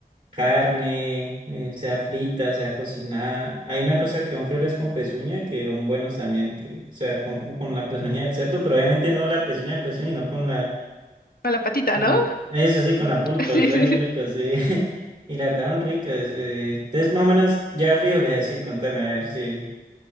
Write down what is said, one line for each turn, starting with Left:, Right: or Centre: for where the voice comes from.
Right: carne, eh, sea frita, sea cocinada. Hay una cosa que son frijoles con pezuña que son buenos también, que, o sea, con, como con la pezuña del cerdo, pero obviamente no la pezuña de pezuña, sino con la
Left: a la patita,
Right: Con,
Left: ¿no?
Right: eso sí, con la pulpa,
Left: <laughs> Sí,
Right: yo soy
Left: sí.
Right: muy
Left: sí.
Right: rico, sí. <laughs> Y la verdad, son ricas. eh. Entonces, más o menos, ya frijoles así, contame, a ver, sí.